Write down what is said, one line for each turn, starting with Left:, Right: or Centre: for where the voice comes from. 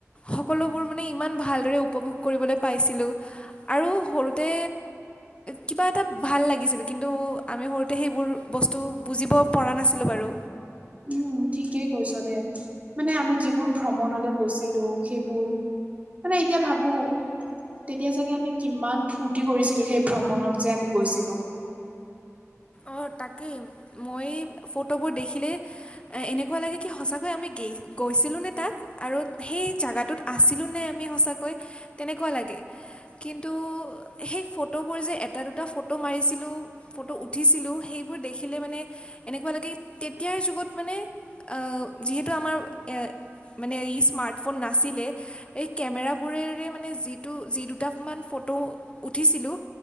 Left: সকলোবোৰ মানে ইমান ভালদৰে উপভোগ কৰিবলৈ পাইছিলোঁ আৰু সৰুতে কিবা এটা ভাল লাগিছিল কিন্তু আমি সৰুতে সেইবোৰ বস্তু বুজিব পৰা নাছিলোঁ বাৰু।
Right: উম, ঠিকেই কৈছ দে, মানে আমি যিবোৰ ভ্ৰমণলৈ গৈছিলোঁ- সেইবোৰ, মানে এতিয়া ভাবো- তেতিয়া চাগে আমি কিমান ফূৰ্তি কৰিছিলো, সেই ভ্ৰমণত যে আমি গৈছিলোঁ।
Left: অঁ' তাকেই মই ফটোবোৰ দেখিলে- এ এনেকুৱা লাগে কি সঁচাকৈ আমি গে গৈছিলোঁ নে তাত? আৰু সেই জেগাটোত আছিলোঁ নে আমি সঁচাকৈ তেনেকুৱা লাগে। কিন্তু, সেই ফটোবোৰ যে এটা দুটা ফটো মাৰিছিলোঁ ফটো উঠ- উঠিছিলোঁ সেইবোৰ দেখিলে মানে- এনেকুৱা লাগে তেতিয়াৰ যুগত মানে অ যিহেতু আমাৰ এ- মানে ই স্মাৰ্টফোন নাছিলে এই কেমেৰাবোৰেৰে মানে যিটো যিটো- দুটামান ফটো উঠিছিলোঁ